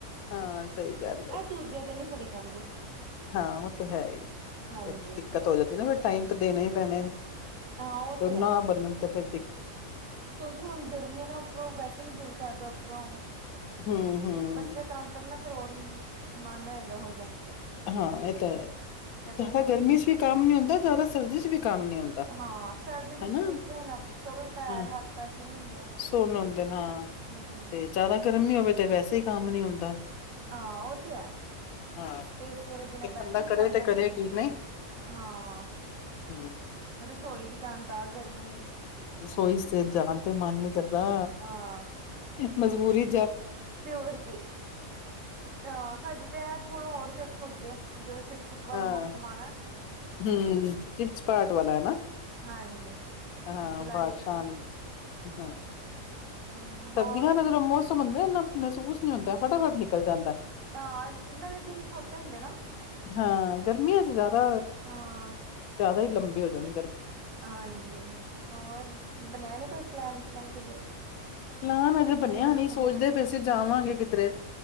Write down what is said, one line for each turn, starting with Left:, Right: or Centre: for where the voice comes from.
Left: ਹਾਂ ਸਹੀ ਗੱਲ ਹੈ
Right: ਇਹ ਦੂਜਿਆਂ ਦੇ ਨੀ ਫੜੀ ਜਾਂਦੇ।
Left: ਹਾਂ ਉਹ ਤੇ ਹੈ ਹੀ
Right: ਹਾਂਜੀ
Left: ਦਿੱਕਤ ਹੋ ਜਾਂਦੀ ਨਾ ਫੇਰ ਟਾਈਮ ਤੇ ਦੇਣਾ ਹੀ ਪੈਣਾ
Right: ਹਾਂ ਉਹ
Left: ਤੇ
Right: ਹੈ
Left: ਨਾ ਬਨਣ ਤੇ ਫੇਰ
Right: ਕਿਉਂਕਿ ਹੁਣ ਗਰਮੀਆਂ ਨਾ ਉੱਪਰੋਂ ਵੈਸੇ ਨੀ ਦਿਲ ਕਰਦਾ ਉੱਪਰੋਂ
Left: ਹੂੰ ਹੂੰ।
Right: ਬੱਚੇ ਤੰਗ ਕਰਨ ਨਾ ਫੇਰ ਹੋਰ ਮਨ ਹੋ ਜਾਂਦਾ ਉਹੋ ਜਿਹਾ
Left: ਹਾਂ ਇਹ ਤਾਂ ਹੈ ਜ਼ਿਆਦਾ
Right: ਮਸ਼ੀਨ
Left: ਗਰਮੀ ਚ ਵੀ ਕੰਮ ਨੀ ਹੁੰਦਾ ਜ਼ਿਆਦਾ ਸਰਦੀ ਚ ਵੀ ਕੰਮ ਨੀ ਹੁੰਦਾ
Right: ਹਾਂ ਸਰਦੀ ਤੇ
Left: ਹੈ
Right: ਤੇ
Left: ਨਾ
Right: ਪੁੱਛੋ ਹੀ ਨਾ ਸਗੋਂ ਪੈਰ
Left: ਹਾਂ
Right: ਹੱਥ ਪੈਰ ਸੁੰਨ ਹੁੰਦੇ
Left: ਸੁੰਨ ਹੁੰਦੇ ਨੇ ਹਾਂ
Right: ਹਮ
Left: ਤੇ ਜ਼ਿਆਦਾ ਗਰਮੀ ਹੋਵੇ। ਤੇ ਵੈਸੇ ਹੀ ਕੰਮ ਨੀ ਹੁੰਦਾ
Right: ਆ ਉਹ ਤੇ ਏ।
Left: ਹਾਂ
Right: ਏਸੀਆਂ ਦੇ ਬਿਨਾਂ
Left: ਤੇ
Right: ਬੈਠੇ
Left: ਬੰਦਾ
Right: ਨੀ
Left: ਕਰੇ
Right: ਜਾਂਦਾ
Left: ਤੇ ਕਰੇ ਕੀ ਨਹੀਂ
Right: ਹਾਂ
Left: ਹੂੰ
Right: ਰਸੋਈ ਚ ਜਾਣ ਤਾਂ ਗਰਮੀ
Left: ਰਸੋਈ ਤੇ ਜਾਣ ਤੇ ਮਨ ਨੀ ਕਰਦਾ
Right: ਹਾਂ
Left: ਮਜਬੁ ਬੁਰੀ।
Right: ਤੇ ਹੋਰ ਕੀ ਆ ਹਜੇ ਤੇ ਏ। ਥੋੜਾ ਹੋਰ ਦੇਖੋ ਅੱਗੇ ਜਦੋਂ ਚਿਪਚਿਪ ਵਾਲਾ
Left: ਹਾਂ
Right: ਮੌਸਮ ਆਣਾ।
Left: ਹਮ ਚਿਮਚਪਾਟ ਵਾਲਾ ਹੈ ਨਾ
Right: ਹਾਂਜੀ
Left: ਹਾਂ
Right: ਜੁਲਾਈ
Left: ਬਾਰਸ਼ਾਂ
Right: ਅਗਸਤ
Left: ਹਾਂ।
Right: ਹੂੰ ਹੋਰ
Left: ਸਰਦੀਆਂ ਦਾ ਜਦੋਂ ਮੋਸਮ ਬੰਦਾ ਇੰਨਾ ਮਹਿਸੂਸ ਨਹੀਂ ਹੁੰਦਾ ਫਟਾਫਟ ਨਿਕਲ ਜਾਂਦਾ।
Right: ਹਹ ਨਾਲੇ ਦਿਨ ਛੋਟੇ ਹੁੰਦੇ ਨਾ।
Left: ਹਾਂ ਗਰਮੀ ਚ ਜਿਆਦਾ
Right: ਹਾਂ
Left: ਹ ਜ ਲੰਬੀ ਹੋ ਜਾਂ ਜਾਂਣੀ।
Right: ਹਾਂਜੀ ਹੋਰ ਬਣਿਆ ਨੀ ਕੋਈ ਪਲੈਨ ਜਾਣ ਦਾ ਕਿੱਧਰੇ
Left: ਨਾ ਨਾ ਅਜੇ ਬੰਣਿਆ
Right: ਘੁੰਮਣ
Left: ਨਹੀਂ
Right: ਸ਼ੁੰਮਣ
Left: ਸੋਚਦੇ ਵੀ ਅਸੀਂ ਜਾਵਾਂਗੇ ਕਿਧਰੇ